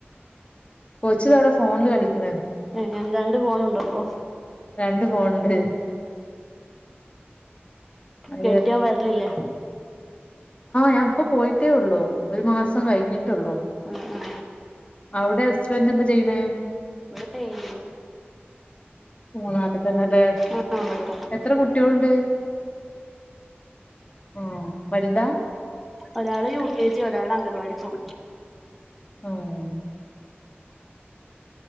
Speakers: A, on the left; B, in the centre.
A: കൊച്ചിതാവടെ ഫോണില് കളിക്ക്‌ണ്.
B: ഏ രണ്ട് ഫോണുണ്ടോപ്പൊ?
A: രണ്ട് ഫോൺണ്ട്. <unintelligible> ആഹ്.
B: കെട്ടിയോൻ വരലില്ലേ
A: ഞാൻ ഇപ്പൊ പോയിട്ടേ ഉള്ളു. ഒരു മാസം കഴിഞ്ഞിട്ടൊള്ളു.
B: ആ ആ
A: അവ്ടെ ഹസ്ബന്റ് എന്താ ചെയ്യ് ണ്.
B: ഇവടൊ ഡ്രൈവിംഗ്
A: ഓ നാട്ട്തന്നേല്ലേ.
B: ആ ഇവിടെത്തന്നെ
A: എത്ര കു കുട്ടികളുണ്ട് ആ വല്താ?
B: ഒരാള് യു കെ ജി ഒരാള് അംഗൻവാടി പോവും.
A: ആഹ്